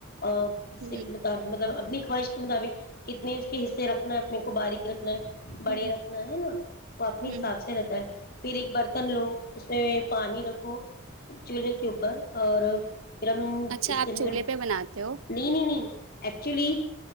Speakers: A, on the left; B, on the right.
A: اور حصے
B: ہوں
A: کے مطابق مطلب کتنی خواہش کے مطابق کتنے اس کے حصے رکھنا ہے اپنے کو باریکی رکھنا ہے بڑے
B: ہوں
A: رکھنا ہے نا وہ اپنے
B: ہوں
A: حساب سے رہتا ہے پھر ایک برتن لو اس <unintelligible> پانی رکھو چولہے کے اوپر اور پھر ہم
B: اچھا
A: اس کے
B: آپ
A: ل
B: چولہے پہ بناتے ہو
A: نہیں نہیں <unintelligible> ایکچولی